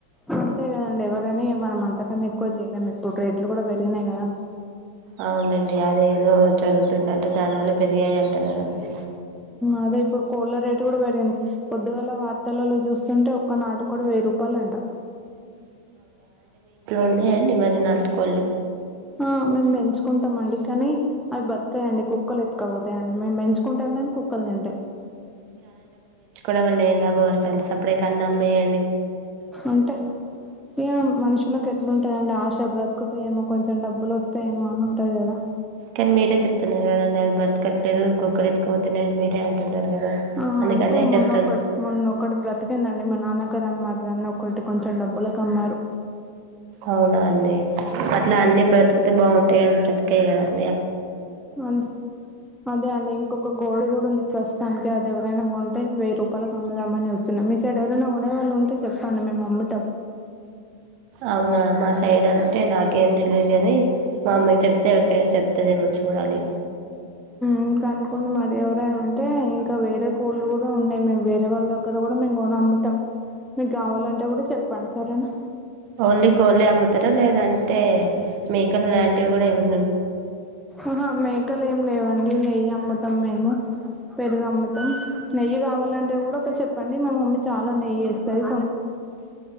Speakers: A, in the centre; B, on the right.
A: అంతే కదండి ఎవరైనా ఏం మనం అంత కన్నా ఎక్కువ చేయలేము ఇప్పుడు రేట్లు కూడా పెరిగినాయి కదా
B: అవునండి అది ఏదో చదువుతుంది అంట దానివల్ల పెరిగాయి అంట కదండి
A: అదే ఇప్పుడు కోళ్ళ రేటు కూడా పెరిగింది పొద్దుగాల వార్తలలో చూస్తుంటే ఒక్క నాటు కోడి వెయ్యి రూపాయలు అంట
B: ఉన్నాయండి మరి నాటుకోళ్ళు
A: ఆ మేము పెంచుకుంటాం అండి కానీ అవి బతకయ్ అండి కుక్కలు ఎత్కపోతాయండి మేము పెంచుకుంటాం కానీ కుక్కలు తింటాయి
B: అడ వల్ళ లాభం వస్తాంది సప్పుడే క అన్నమ్మే అండి
A: అంటే ఇగ మనుషులకి ఎట్లుంటదండి ఆశ బ్రతుకతా ఏమో కొంచెం డబ్బులు వస్తాయేమో అని ఉంటది కదా
B: కానీ మీరే చెప్తున్నారు కదండి అవి బతకట్లేదు కుక్కలు ఎత్తుకుపోతున్నాయి అని మీరే అంటున్నారు కదా
A: ఆ
B: అందుకనే
A: అంటే మొన్నొక్కటి
B: చెప్తున్నా
A: మొన్నక్కటి బ్రతికిందండి మా నాన్నగారు అమ్మ దాన్న ఒకటి కొంచెం డబ్బులు కమ్మారు
B: అవునా అన్నీ అట్లా అన్ని బ్రతుకుతే బాగుంటాయిని బ్రతు కేాం అ
A: అ అదే అండి ఇంకొక కోడి కూడా ఉంది ప్రస్తుతానికి అది ఎవరైనా కొం అంటే వెయ్యి రూపాయలకి అమ్ముదామని వస్తున్నాం మీ సైడ్ ఎవరనా కొనేవాళ్ళు ఉంటే చెప్పండి మేము అమ్ముతాం
B: అవునా మా సైడ్ అంటే నాకేం తెలియదు కాని మా అమ్మకి చెప్తే ఎవరికైనా చెప్తుందేమో చూడాలి ఇక
A: ఇంకానుకోంని మరి ఎవరైనా ఉంటే ఇంకా వేరే కోళ్ళు కూడా ఉన్నాయి మేము వేరే వాళ్ళ ద్గర కూడా మేము కొని అమ్ముతాం మీకు కావాలంటే కూడా చెప్పండి సరేనా
B: ఓన్లీ కోళ్లే అమ్ముతారా లేదంటే మకల్ంటి కూడా మ
A: ఆహ మేకలు ఏమి లేవండి నెయ్యి నమ్ముతాం మేము పెరుగామ్మతం నెయ్యి కా ఇవాలంటే కూడా ఒక చెప్పండి మన మమ్మీ చాలా నెయ్యి చేస్తంది